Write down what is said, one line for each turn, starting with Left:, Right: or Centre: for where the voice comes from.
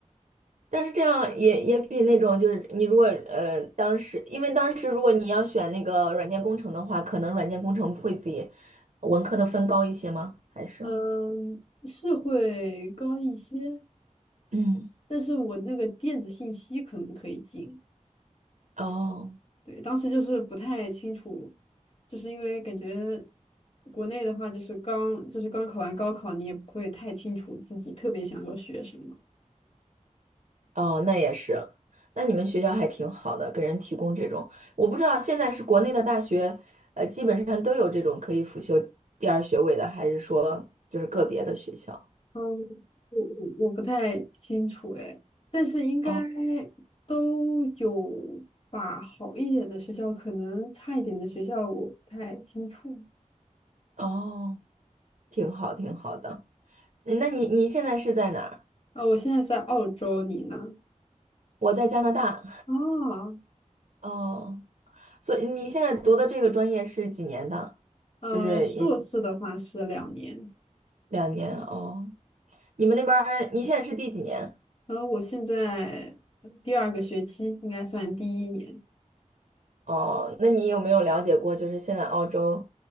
Right: 但是这样也也比那种就是你如果呃当时，因为当时如果你要选那个软件工程的话，可能软件工程会比文科的分高一些吗？还是
Left: 嗯，是会高一些，
Right: 嗯
Left: 但是我那个电子信息可能可以进。
Right: 哦
Left: 对，当时就是不太清楚，就是因为感觉国内的话，就是刚就是刚考完高考，你也不会太清楚自己特别想要学什么。
Right: 哦，那也是，那你们学校还挺好的，给人提供这种，我不知道现在是国内的大学，呃，基本上都有这种可以辅修第二学位的，还是说就是个别的学校？
Left: 嗯，我我我不太清楚哎，但是应该
Right: 哦
Left: 都有吧，好一点的学校，可能差一点的学校我不太清楚。
Right: 哦，挺好挺好的。那那你你现在是在哪儿？
Left: 啊，我现在在澳洲，你呢？
Right: 我在加拿大。
Left: 啊，
Right: 哦。所以你现在读的这个专业是几年的？
Left: 呃，
Right: 就是也
Left: 硕士的话是两年。
Right: 两年哦。你们那边儿你现在是第几年？
Left: 然后我现在第二个学期应该算第一年，
Right: 哦，那你有没有了解过？就是现在澳洲，